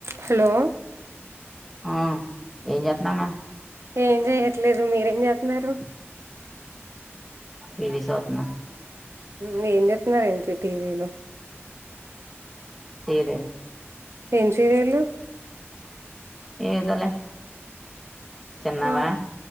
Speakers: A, on the right; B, in the centre.
A: hello
B: ఆ ఏం జేత్తున్నావ్
A: ఏం జేయట్లేదు మీరేం జేతన్నారు
B: టీవీ సూతన
A: ఉ ఏం జేత్తున్నారేంటి టీవీలో
B: సీరియల్
A: ఏం సీరియలు
B: ఏధోలే తిన్నావా
A: ఆ